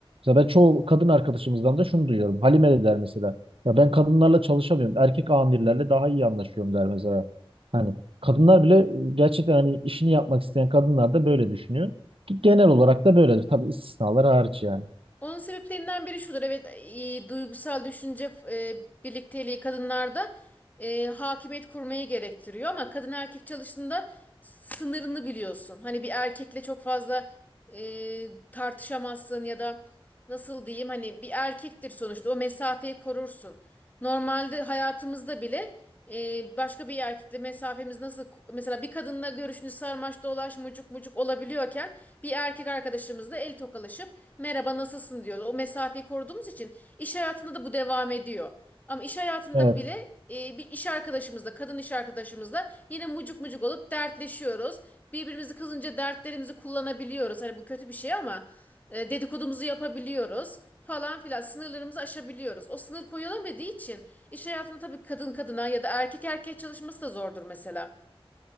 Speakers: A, on the right; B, on the left.
A: mesela ben çoğu kadın arkadaşımızdan da şunu duyuyorum. Halime de der mesela. Ya ben kadınlarla çalışamıyorum. Erkek amirlerle daha iyi anlaşıyorum der mesela. Hani kadınlar bile e, gerçekten hani işini yapmak isteyen kadınlar da böyle düşünüyor. Ki Genel olarak da böyledir. Tabii istisnalar hariç yani.
B: Onun sebeplerinden biri şudur. Evet, e, duygusal düşünce e, birlikteliği kadınlarda e, hakimiyet kurmayı gerektiriyor ama kadın erkek çalıştığında sınırını biliyorsun. Hani bir erkekle çok fazla e, tartışamazsın ya da nasıl diyeyim hani bir erkektir sonuçta o mesafeyi korursun. Normalde hayatımızda bile e, başka bir erkekle mesafemiz nasıl mesela bir kadınla görüşünü sarmaş dolaş mucuk mucuk olabiliyorken bir erkek arkadaşımızla el tokalaşıp merhaba nasılsın diyoruz. O mesafeyi koruduğumuz için iş hayatında da bu devam ediyor. Ama iş hayatında
A: Evet.
B: bile e, bir iş arkadaşımızla, kadın iş arkadaşımızla yine mucuk mucuk olup dertleşiyoruz. Birbirimizi kızınca dertlerimizi kullanabiliyoruz. Hani bu kötü bir şey ama e, dedikodumuzu yapabiliyoruz falan filan. Sınırlarımızı aşabiliyoruz. O sınır koyulamadığı için iş hayatında tabii kadın kadına ya da erkek erkeğe çalışması da zordur mesela.